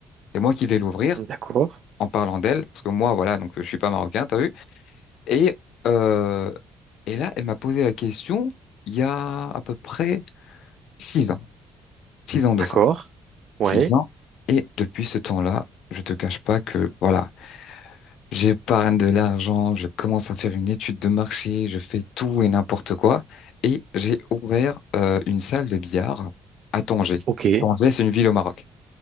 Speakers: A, on the left; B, on the right.
A: C'est moi qui vais l'ouvrir
B: D'accord.
A: en parlant d'elle, parce que moi, voilà, donc je suis pas marocain, t'as vu? Et, euh, et là, elle m'a posé la question il y a à peu près six ans, six ans de
B: D'accord.
A: ça,
B: Ouais.
A: six ans. Et depuis ce temps-là, je te cache pas que, voilà, J'épargne de l'argent, je commence à faire une étude de marché, je fais tout et n'importe quoi. Et j'ai ouvert euh, une salle de billard à Tanger.
B: Ok.
A: Tanger, c'est une ville au Maroc.